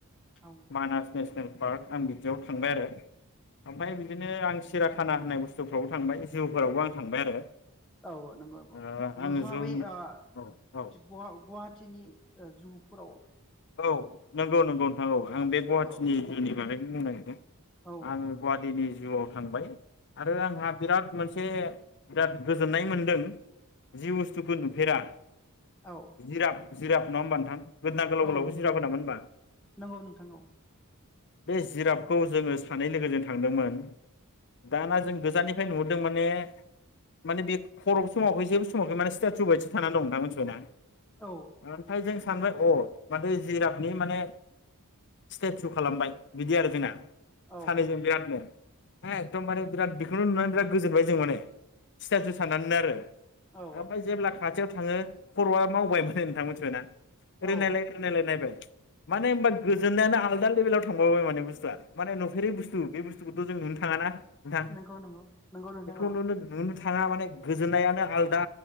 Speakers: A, in the centre; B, on the left.
A: औ
B: मानस नेसनेल पार्क आं बिदियाव थांबाय आरो ओमफ्राय बिदिनो आं सिराखाना होननाय बुस्थुफ्रावबो थांबाय जिउफोरावबो आं थांबाय आरो
A: औ नंगौ नंगौ
B: ओ
A: नोंथाङा
B: आङो जु होनना
A: बे ओ
B: औ औ
A: गवा नि जुगफोराव
B: औ नंगौ नंगौ नोंथां आं बे गुवाहाटिनिनि
A: औ
B: बागैनो बुंनो नागिरदों
A: औ
B: आङो
A: औ
B: गुवाहाटीनि जिउआव थांबाय आरो आंहा बिराद मोनसे बिराद गोजोननाय मोनदों जि बुस्थुखौ नुफेरा
A: औ
B: जिराब
A: नंगौ
B: जिराब नाङा होमबा नोंथां गोदोना गोलाव
A: औ
B: गोलावखौ
A: नंगौ
B: जिराब होनामोन
A: नंगौ
B: होनबा
A: नंगौ नोंथां औ
B: बे जिराबखौ जोङो सानै लोगोजों थांदोंमोन दाना जों गोजाननिफ्राय नुहरदों माने माने बे खर' समावहै जेबो समावाखै माने स्टेटु बायदि थानानै दं मोनथिबाय ना
A: औ
B: ओफाय जों सानबाय औ माथो जिरादनि माने स्टेचु खालामबाय बिदि आरो जोंना
A: औ
B: सानैजों बिरादनो एदम माने बिराद बेखौनो नुनानै बिराद गोजोनबाय जों माने स्तेथु साननानैनो आरो
A: औ
B: हाबाय जेब्ला खाथि थियाव थाङो खरआ मावबाय माने नोंथां मिथिबाय ना ओरैनायलाय
A: औ
B: नायलायनायबाय मने होनबा गोजोन्नायानो आलदा लेभेलाव थांबाव माने बुस्थुआ मे नुफेरै बुस्थु बे बुस्थुखौथ जों नुनो थाङाना नोंथां
A: नंगौ नंगौ नंगौ नोंथां
B: बेखौ
A: औ
B: नुनो नुनो थाङा माने गोजोननायानो आल दा